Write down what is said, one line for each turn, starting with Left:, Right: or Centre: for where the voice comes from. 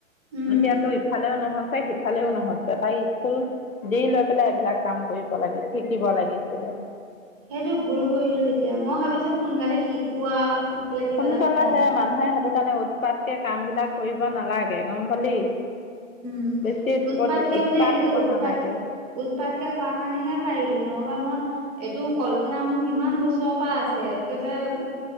Right: উম।
Left: এতিয়াতো ইফালেও নহয়চে সিফালেও নহয়চে তাই স্কুল দি লৈ পেলাই এইবিলাক কাম কৰিব লাগি শিকিব লাগিছিলে।
Right: সেইটো ভুল কৰিলোঁ এতিয়া, মই ভাবিছোঁ সোনকালে শিকোৱা। সোনকালে কিবা
Left: সোনকালে
Right: এটা কওঁ।
Left: হে মানুহে সেইটো কাৰণে উৎপাতকে কাম বিলাক কৰিব নালাগে, গম পালি?
Right: উম,
Left: বেছি উৎপত
Right: উৎপাতকে
Left: উৎপাত
Right: মানে, এনেকে
Left: হ'ব
Right: উৎপাত
Left: নালাগে
Right: উৎপাতকে কৰা কাৰণেহে পাৰিলো, নহ'বা মই এইটো কল্পনা মোৰ কিমান বছৰৰ পৰা আছে, একবাৰে